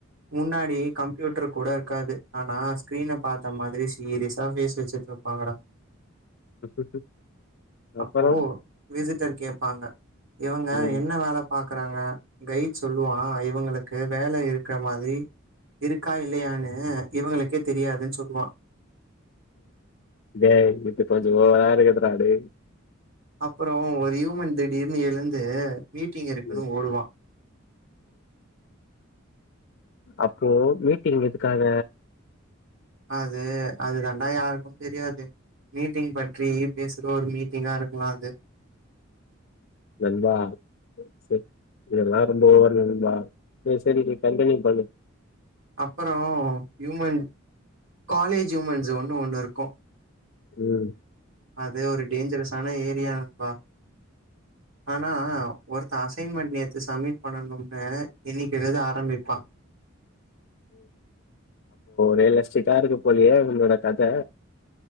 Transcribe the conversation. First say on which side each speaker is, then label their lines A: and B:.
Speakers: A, on the right; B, on the left.
A: முன்னாடி கம்ப்யூட்டர் கூட இருக்காது ஆனா ஸ்கிரீன் பாத்த மாதிரி சீரிசா பேஸ் வச்சுட்டு இருப்பாங்கடா
B: ம் அப்புறம்
A: அப்போ விசிட்டர் கேட்பாங்க இவங்க
B: ம்
A: என்ன வேலை பாக் க்கறாங்க கைட் சொல்லுவான் இவங்களுக்கு வேலை இருக்கற மாதிரி இருக்கா இல்லையான்னு இவங்களுக்கே தெரியாதுன்னு சொல்லுவான்
B: டேய் இது கொஞ்சம் ஓவரா இருக்குது டா டேய்
A: அப்பறம் ஒரு யூமன் டெட் இன்னிலிருந்து மீட் டீ கடைக்குன்னு
B: ம்
A: ஓடுவான்
B: அப்போ மீட்டிங் எதுக்காக
A: அது அது தாண்டா யாருக்கும் தெரியாது மீட்டிங் பற்றி பேசுற ஒரு மீட்டிங்கா இருக்கலாம் அது
B: நண்பா சரி இதலெல்லாம் ரொம்ப ஓவர் நண்பா சரி சரி நீ கண்டியூ பண்ணு
A: அப்புறம் ஹியூமன் காலேஜ் ஹியூமன்ஸ் ஒண்ணு ஒண்ணு இருக்கும்
B: உம்
A: அதே ஒரு டேஞ்சரஸ்சான ஏரியான் பா ஆனா ஒருத்தர் அசைன்மெண்ட் நேத்து சப்மிட் பண்ணனும்ன்னு இன்னிக்க இததான் ஆரம்பிப்பான்
B: ரியல் எஸ்டிக்கா இருக்க போறியே உங்களோட கதை